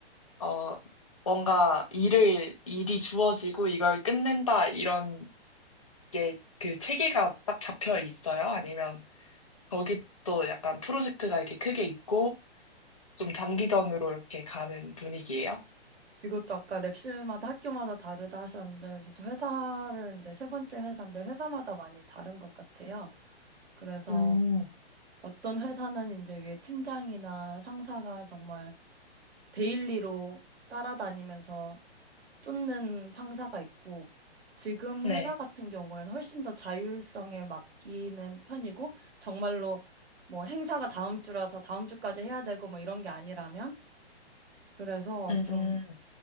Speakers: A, on the left; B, on the right.
A: 어, 뭔가 일을 일이 주어지고 이걸 끝낸다 이런 게 그 체계가 딱 잡혀 있어요? 아니면 거기 또 약간 프로젝트가 이렇게 크게 있고 좀 장기전으로 이렇게 가는 분위기예요.
B: 이것도 아까 랩실마다 학교마다 다르다 하셨는데, 저도 회사를 이제 세 번째 회사인데, 회사마다 많이 다른 것 같아요. 그래서
A: 음,
B: 어떤 회사는 이제 위에 팀장이나 상사가 정말 데일리로 따라다니면서 쫓는 상사가 있고, 지금
A: 네.
B: 회사 같은 경우에는 훨씬 더 자율성에 맡기는 편이고, 정말로 뭐 행사가 다음 주라서 다음 주까지 해야 되고 뭐 이런 게 아니라면, 그래서
A: 음,
B: 좀